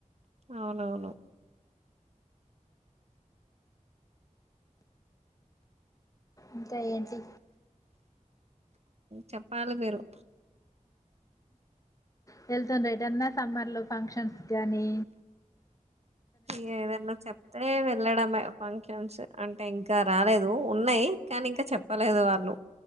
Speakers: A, on the right (about 50°); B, on the left (about 25°).
A: అవునవును
B: ఇంకా ఏంటి
A: చెప్పాలి మీరు
B: వెళ్తుండ రేటన్న సమ్మర్లో ఫంక్షన్స్ నీ
A: ఇ ఏదన్నా చెప్తే వెళ్ళడమే ఫంక్షన్స్ అంటే ఇంకా రాలేదు ఉన్నాయి కానీ ఇంకా చెప్పలేదు వాళ్ళు